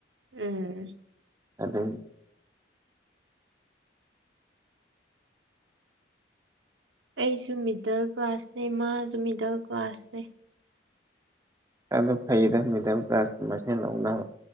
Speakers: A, on the right (about 85°); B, on the right (about 20°).
A: ꯎꯝ
B: ꯑꯗꯨꯝ
A: ꯑꯩꯁꯨ ꯃꯤꯗꯜ ꯀ꯭ꯂꯥꯁꯅꯦ ꯃꯥꯁꯨ ꯃꯤꯗꯜ ꯀ꯭ꯂꯥꯁꯅꯦ
B: ꯑꯗꯨ ꯐꯩꯗ ꯃꯤꯗꯜ ꯀ꯭ꯂꯥꯁ ꯃꯁꯦꯟ ꯂꯧꯅꯕ